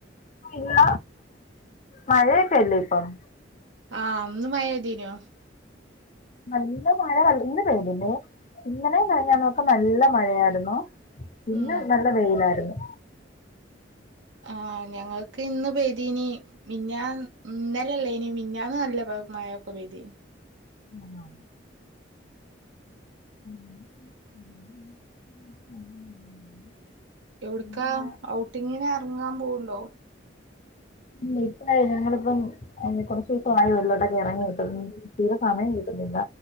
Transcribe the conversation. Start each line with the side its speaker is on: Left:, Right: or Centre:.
Left: ഇല്ല മഴയൊക്കെല്ലേ ഇപ്പം
Right: ആഹ് ഇന്ന് മയതീനോ
Left: നല്ല മഴ ഇന്ന് പെയതുല്ലേ ഇന്നലേ മിനിഞ്ഞാ നൊക്കെ നല്ല മഴയാരുന്നു പിന്ന
Right: ഉം
Left: നല്ല വെയിലാരുന്നു
Right: ആഹ് ഞങ്ങൾ ക്ക് ഇന്ന് പെയതിനി മിന്നാ ഇന്നലല്ലേ ഇനി മിന്നന്ന് നല്ല മഴക്കെ പേയ്‌തീന്
Left: ആഹ് <inaudible>
Right: എവിടക്കാ
Left: ഇല്ല
Right: ഔട്ടിങ്ങിന എറങ്ങാൻ പോവണ്ടോ
Left: ഉം ഇപ്പായി ഞങ്ങളിപ്പം അഹ് കുറച്ചു ദിവസമായി വെളിലോ ട്ടൊക്കെ ഇറങ്ങിട്ട് തീര സമയം കിട്ടുന്നില്ല